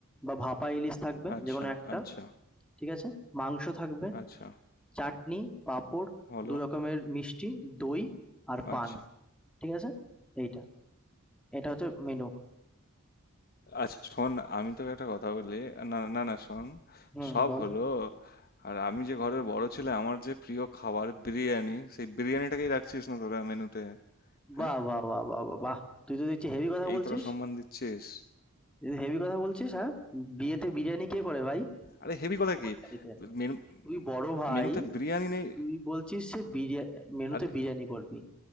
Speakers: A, in the centre; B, on the left.
A: বা ভাপা ইলিশ থাকবে
B: আচ্ছা,
A: যে কোনো একটা
B: আচ্ছা,
A: ঠিক আছে মাংস থাকবে
B: আচ্ছা,
A: চাটনি পাঁপড়
B: হলো,
A: দু রকমের মিষ্টি দই আর পান
B: আচ্ছা।
A: ঠিক আছে এইটা এটা হচ্ছে মেনু
B: আচ্ছা শোন, আমি তোকে একটা কথা বলি। না, না, না শোন,
A: হুম
B: সব
A: বল
B: হলো। আর আমি যে ঘরের বড় ছেলে, আমার যে প্রিয় খাবার বিরিয়ানি, সেই বিরিয়ানিটাকেই রাখছিস না তোরা মেনুতে,
A: বাহ
B: হ্যাঁ?
A: বাহ বাহ বাহ বাহ বাহ তুই তো দেখছি হেভি কথা
B: এই
A: বলছিস
B: তোরা সম্মান দিচ্ছিস।
A: হেভি কথা বলছিস হ্যাঁ বিয়েতে বিরিয়ানি কে করে ভাই
B: আরে হেভি কথা
A: কোন
B: কি
A: বাড়িতে
B: মেনু
A: তুই বড় ভাই
B: মেনুতে বিরিয়ানি নেই
A: তুই বলছিস যে বিরিয়া- মেনুতে
B: আরে
A: বিরিয়ানি করবি